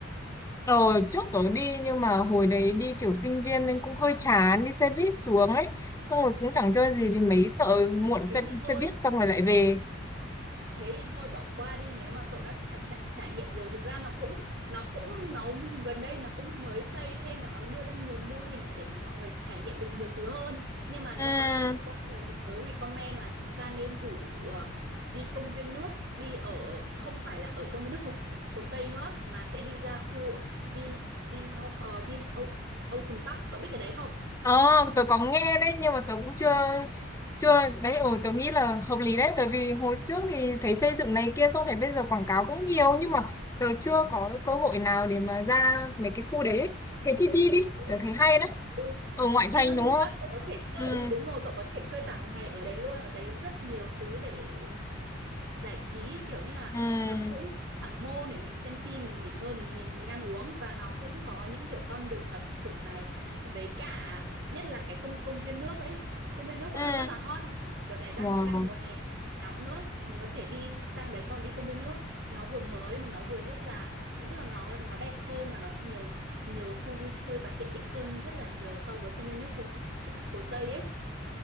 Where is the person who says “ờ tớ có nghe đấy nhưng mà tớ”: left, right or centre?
Left